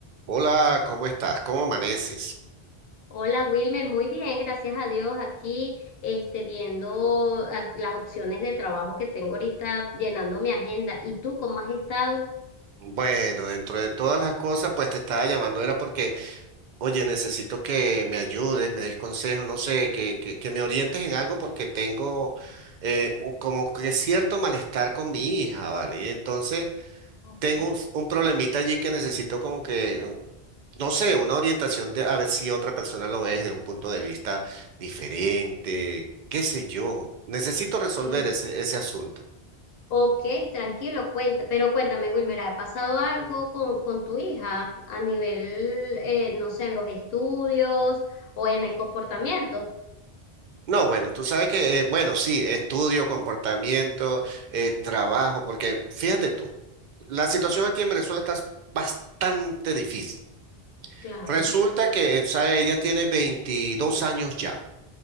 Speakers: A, on the right; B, on the left.
A: Hola, ¿cómo estás? ¿Cómo amaneces?
B: Hola Wilmer, muy bien, gracias a Dios. Aquí, este, viendo ah, las opciones de trabajo que tengo ahorita, llenando mi agenda. ¿Y tú cómo has estado?
A: Bueno, dentro de todas las cosas, pues te estaba llamando, era porque, oye, necesito que me ayudes, me des consejos, no sé, que, que, que me orientes en algo porque tengo eh, un- como que cierto malestar con mi hija, ¿vale? Y Entonces,
B: Ok.
A: tengo un un problemita allí que necesito como que, no sé, una orientación de a ver si otra persona lo ve desde un punto de vista diferente, qué sé yo. Necesito resolver
B: Y,
A: ese, ese asunto.
B: ok, tranquilo, cuenta. Pero cuéntame, Wilmer, ¿ha pasado algo con, con tu hija a nivel, eh, no sé, en los estudios o en el comportamiento?
A: No, bueno, tú sabes que, eh, bueno, sí, estudio, comportamiento, eh, trabajo, porque fíjate tú, la situación aquí en Venezuela está bastante difícil.
B: Claro.
A: Resulta que, eh, o sea, ella tiene 22 años ya.